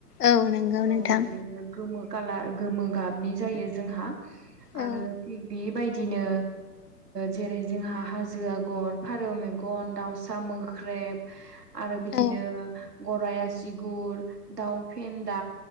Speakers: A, on the left; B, on the right.
A: औ नंगौ
B: औ
A: नोंथां
B: बेनो गोमो खालार गोमो गाबनि जायो जोंहा आरो
A: औ
B: बेबायदि बिदिनो जेरै ओ जोंहा हाजो आगर फारौ मेगन दाउसा मोख्रै आरो बिदिनो
A: औ
B: ग'राय आसुगुर दाउ फेन्द दा